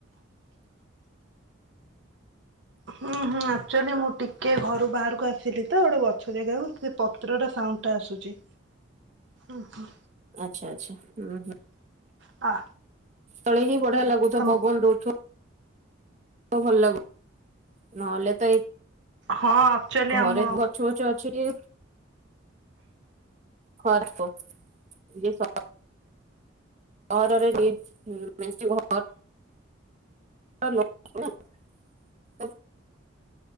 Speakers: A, on the right; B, on the right.
A: ହୁଁ ହୁଁ ଆକ୍ଚୁଆଲି ମୁଁ ଟିକେ ଘରୁ ବାହାରକୁ ଆସିଲି ତ ଗୋଟେ ଗଛ ଜାଗାକୁ ସେ ପତ୍ରର ସାଉଣ୍ଡଟା ଆସୁଛି। ଉଁ ହୁଁ।
B: ଆଚ୍ଛା ଆଚ୍ଛା ହୁଁ ହୁଁ।
A: ଆ
B: ତଳେ ହିଁ ବଢିଆ ଲାଗୁଥିବ,
A: ତମ
B: ପବନ ଦଉଥିବ। ଭଲ ଲାଗୁ ନହେଲେ ତ ଏଇ
A: ହଁ। ଆକ୍ଚୁଆଲି
B: ଘରେ
A: ଆମ
B: ଗଛ ବଛ ଅଛି। ଖରାପ ଯ <unintelligible> <unintelligible> <unintelligible>